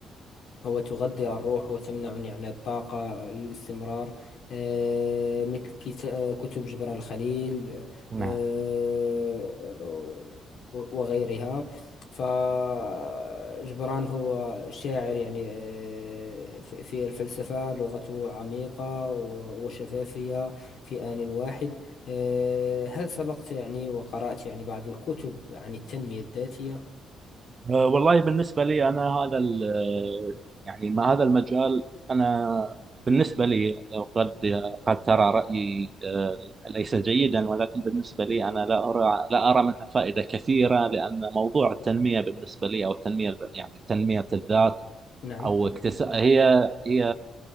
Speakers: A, on the left (about 65°); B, on the right (about 35°).
A: هو تغذي الروح وتمنعني عن الطاقة للاستمرار آه، مثل كتا- كتب جبران الخليل
B: نعم
A: آه، وغيرها فجبران هو شاعر يعني آه، في في الفلسفة لغته عميقة و- وشفافية في آن واحد آه، هل سبقت يعني وقرأت يعني بعض الكتب عن التنمية الذاتية؟
B: أه، والله بالنسبة لي أنا هذا ال- آه، يعني ما هذا المجال أنا بالنسبة لي قد قد ترى رأيي أه، ليس جيدا ولكن بالنسبة لي أنا لا أرى لا أرى منها فائدة كثيرة لأن موضوع التنمية بالنسبة لي أو التنمية الب- يعني تنمية الذات
A: نعم
B: او اكتساب هي هي